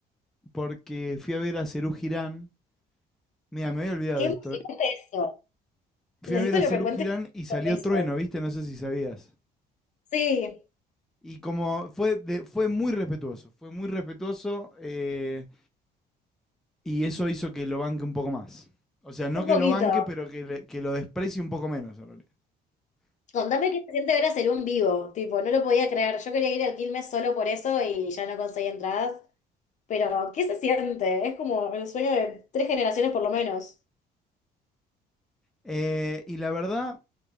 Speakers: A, in the centre; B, on the left.
A: porque fui a ver a Serú Girán. Mira, me había olvidado
B: Qué
A: de
B: emocionante
A: esto.
B: eso.
A: Fui
B: Necesito
A: a ver a
B: que
A: Serú
B: me cuentes
A: Girán y salió
B: todo eso.
A: Trueno, ¿viste? No sé si sabías.
B: Sí,
A: Y como fue, de- fue muy respetuoso, fue muy respetuoso eh, y eso hizo que lo banque un poco más. O sea, no
B: un
A: que
B: poquito.
A: lo banque, pero que, le- que lo desprecie un poco menos en realidad.
B: Contame qué se siente ver hacer un vivo. Tipo, no lo podía creer. Yo quería ir al Quilmes solo por eso y ya no conseguí entradas. Pero, ¿qué se siente? Es como el sueño de tres generaciones por lo menos.
A: Eh, y la verdad